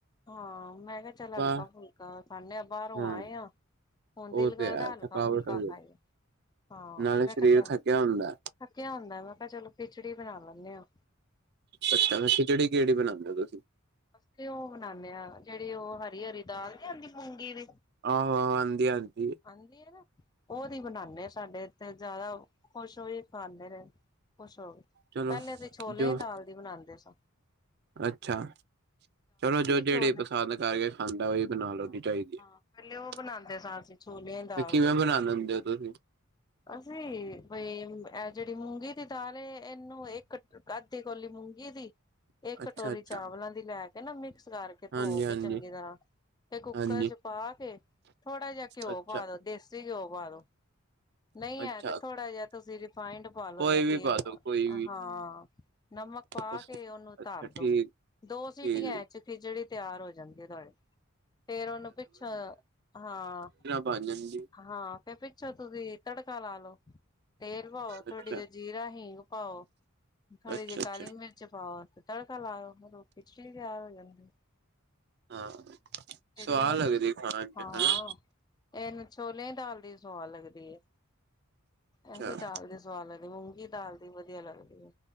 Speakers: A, on the left; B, on the right.
A: ਹਾਂ ਮੈਂ ਕਿਹਾ ਚਲ ਹਲਕਾ
B: ਵਾਹ
A: ਫੁਲਕ ਕਾ ਖਾਨੇ ਆ ਬਾਹਰੋਂ
B: ਹਾਂ
A: ਆਏ ਆ, ਹੁਨ
B: ਉਹ
A: ਦਿਲ ਕਰਦੇ
B: ਤੇ ਹੈ
A: ਹਲਕਾ
B: ਥਕਾਵਟ
A: ਫੁਲਕਾ
B: ਹੋ ਜਾਂਦੀ।
A: ਖਾਈਏ ਹਾਂ,
B: ਨਾਲੇ
A: ਮੈਂ
B: ਸਰੀਰ
A: ਕਿਹਾ ਚੱਲ,
B: ਥੱਕਿਆ ਹੁੰਦਾ
A: ਥੱਕਿਆ ਹੁੰਦੇ ਮੈਂ ਕਿਹਾ ਚਲੋ ਖਿਚੜੀ ਬਣਾ ਲੈਂਨੇ ਆ
B: ਅੱਛਾ, ਖਿਚੜੀ ਕੇਹੜੀ ਬਨਾਦੇ ੳ ਤੁਸੀਂ
A: ਅਸੀ ਉਹ ਬਨਾਨੇ ਆ ਜੇਹੜੀ ਉਹ ਹਰੀ ਹਰੀ ਦਾਲ ਨੀ ਹੌਂਦੀ ਮੂੰਗੀ ਦੀ
B: ਆਹੋ ਆਹੋ ਆਦੀ ਆਦੀ
A: ਆਹਂਦੀ ਏ ਨਾ? ਉਹਦੀ ਬਨਾਨੇਂ ਆ ਸਾਡੇ ਏਥੇ ਜਿਆਦਾ, ਖੁਸ਼ ਹੋ ੳਈ ਖਾਂਦੇ ਨੇਂ। ਖੁਸ਼ ਹੋ ਕੇ,
B: ਚਲੋ
A: ਪਹਿਲੇ ਅਸੀ ਛੋਲੇ
B: ਜੋ
A: ਆਲੀ ਦਾਲ ਦੀ ਬਨਾਦੇ ਸਾ
B: ਅੱਛਾ ਚਲੋ ਜੋ ਜੇਹੜੀ
A: ਛੋਲੇ
B: ਪਸੰਦ ਕਰਕੇ ਖਾਂਦਾ ਹੈ, ਉਹ ਵੀ ਬਨਾ ਲੈਨੀਂ
A: ਹਾਂ
B: ਚਾਹੀਦੀ ਹੈ।
A: ਹਾਂ ਪਹਿਲੇ ਉਹ ਬਣਾਉਂਦੇ ਸਾਂ ਅਸੀਂ ਛੋਲਿਆਂ ਦੀ ਦਾਲ
B: ਤੇ ਕਿਵੇਂ
A: ਦੀ
B: ਬਨਾ ਲੈਂਦੇ ਹੋ ਤੁਸੀਂ?
A: ਅਸੀਂ! ਬਈ ਇਹ ਜੇਹੜੀ ਮੂੰਗੀ ਦੀ ਦਾਲ ਏ, ਇਹਨੂੰ ਇਕ <inaudible> ਕਾਧੀ ਕੋਲੀ ਮੂੰਗੀ ਦੀ। ਇਹ ਕਟੋਰੀ
B: ਅੱਛਾ ਅੱਛਾ
A: ਚਾਵਲਾਂ ਦੀ ਲੈ ਕੇ ਨਾ। ਮਿਕਸ ਕਰਕੇ,
B: ਹਾਂਜੀ
A: ਧੋ
B: ਹਾਂਜੀ
A: ਕੇ ਚੰਗੀ ਤਰਾਂਹ। ਤੇ ਕੁੱਕਰ
B: ਹਾਂਜੀ
A: ਚ ਪਾ ਕੇ, ਥੋੜਾ ਜਿਹਾ ਘਿਓ
B: ਅੱਛਾ
A: ਪਾ ਦੋ, ਦੇਸੀ ਘਿਓ ਪਾ ਦੋ। ਨਹੀਂ
B: ਅੱਛਾ
A: ਹੈ, ਤੇ ਥੋੜਾ ਜੇਹਾ ਤੁਸੀ ਰਿਫਾਈਡ ਪਾ ਲੋ
B: ਕੋਈ
A: ਯਾਂ
B: ਵੀ
A: ਤੇਲ ਪਾ
B: ਦੋ
A: ਲੋ,
B: ਕੋਈ ਵੀ
A: ਅਹਾਂ ਨਮਕ ਪਾ
B: ਅੱਛਾ
A: ਕੇ ਉਹਨੂੰ ਧਰ
B: ਠੀਕ
A: ਦੋ।
B: ਠੀਕ
A: ਦੋ ਸੀਟੀਆਂ
B: ਇਹ
A: ਚ ਹੀ ਖਿਜੜੀ ਤਿਆਰ ਹੋ ਜਾਂਦੀ ਤੁਹਾਡੀ। ਫੇਰ ਉਹਨੂੰ ਪਿੱਛੋਂ, ਹਾਂ!
B: ਬਨ ਜਾਂਦੀ
A: ਹਾਂ, ਤੇ ਪਿੱਛੋ ਤੁਸੀ ਤੜਕਾ ਲਾ ਲਓ। ਤੇਲ ਪਾਓ,
B: ਅੱਛਾ
A: ਥੋੜੀ ਜਿਹੀ ਜੀਰਾ ਹੀਂਗ ਪਾਓ, ਥੋੜੀ
B: ਅੱਛਾ
A: ਜਿਹੀ
B: ਅੱਛਾ
A: ਕਾਲੀ ਮਿਰਚ। ਚ ਪਾਓ ਤੇ ਤੜਕਾ ਲਾਓ <inaudible> ਖਿਚੜੀ ਤਿਆਰ ਹੋ ਜਾਂਦੀ ਏ।
B: ਹਾਂ
A: ਜੇਹੜੀ
B: ਸਵਾਦ
A: <unintelligible>
B: ਲੱਗਦੀ ਖਾਣ
A: ਹਾਂ-ਹਾਂ।
B: ਚ ਹਨਾ
A: ਇਹਨੂੰ ਛੋਲਿਆਂ ਦੀ ਦਾਲ ਦੀ ਸੁਆਦ ਲੱਗਦੀ ਏ।
B: ਅੱਛਾ
A: ਇਹ ਵੀ ਦਾਲ ਦੀ ਸੁ ਸੁਵਾਦ ਲੱਗਦੀ, ਮੂੰਗੀ ਦਾਲ ਦੀ ਵੀ ਵਧੀਆ ਲੱਗਦੀ ਏ।